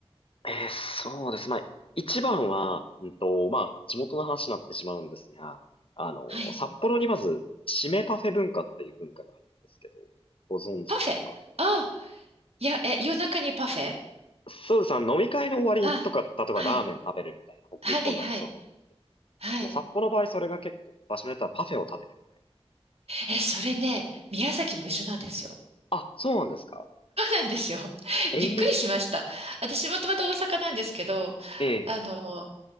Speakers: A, on the left; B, on the right.
A: えーそうです。まあ、一番は、うんと、まあ、地元の話になってしまうんですが、あの、
B: はい。
A: 札幌にまず、締めパフェ文化っていう文化があるんですけど、ご存知ですか
B: パフェ。あ、いや、え、夜中にパフェ
A: そうです。あの飲み会の終わりとか、
B: あ、
A: 例えばラーメン食べるみたいな、
B: はい。
A: ほ日本だとそうだと思うんですけど、
B: はい、はい、はい。
A: まあ、札幌の場合それが結構、場所によってはパフェを食べる。
B: え、それね、宮崎も一緒なんですよ。
A: あ、そうなんですか
B: <laughs> そうなんですよ。<laughs> びっくりしました。
A: ええ
B: 私もともと大阪なんですけど、
A: ええ
B: あの、